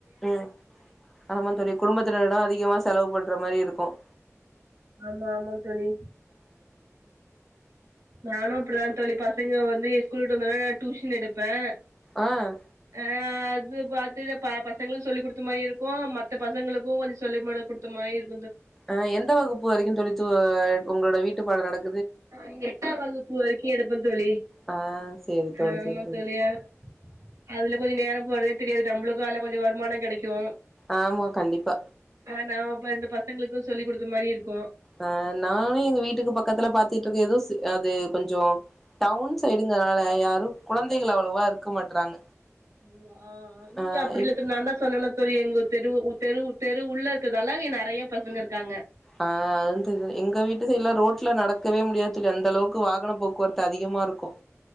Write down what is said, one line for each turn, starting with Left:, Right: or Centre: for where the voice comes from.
Centre: உம் ஆமா தோழி குடும்பத்தினரிடம் அதிகமா செலவு பண்ற மாதிரி இருக் கும்
Right: ஆமா ஆமா தோழி நானும் அப்படிதான் தோழி ப சங்க வந்து என் ஸ்கூலுட்டு வந்தோன நான் டியூஷன் எடுப்பேன்
Centre: ஆஹ்
Right: ஆஹ் அது பார்த்துட்டு ப பசங்க சொல்லி கொடுத்த மாதிரி இருக்கும் மத்த பசங்களுக்கும் கொஞ்சம் சொல்லி கொடுத்த மாதிரி இருக்
Centre: ஆஹ் எந்த வகுப் பு வரைக்கும் தோழி து உங்களோட வீட்டு பாடம் நடக்
Right: இங்க எட்டாம் வகுப்பு வரைக்கும் எடுப்பேன் தோழி
Centre: ஆ சேரி தோழி
Right: ஆஹ்
Centre: சேரி
Right: ஆமா
Centre: தோழி
Right: தோழிஅதுல கொஞ்சம் நேரம் போறதே தெரியாது நம்மளுக்கும் அதுல கொஞ்சம் வருமானம் கிடைக்கும்
Centre: ஆமா கண்டிப்பா
Right: ஆஹ் நான் வந்து பசங்களுக்கு சொல்லி கொடுத்த மாதிரி இருக்கும்
Centre: ஆஹ் நானும் எங்க வீட்டுக்கு பக்கத்துல பாத்து ட்டு இருக்கன் அது கொஞ்சோ டவுன் சைடுங்கனால யாரும் கொழந்தைக அவ்வளவா இருக்க மாட்றாங்க
Right: உம் ஆஹ் இங்க
Centre: ஆ
Right: அப்படி
Centre: இவ்
Right: இல்ல தோழி நான் சொன்னேன்ல எங்க தெரு தெரு தெரு உள்ள இருக்கதால இங்க நெறைய பசங்க இருக்காங்க
Centre: ஆஹ் அது தெ எங்க வீட்டு சைடு எல்லாம் ரொம் ரோட்ல நடக்கவே முடியாது தோழி அந்த அளவுக்கு வாகன போக்குவரத்து அதிகமா இருக்கும்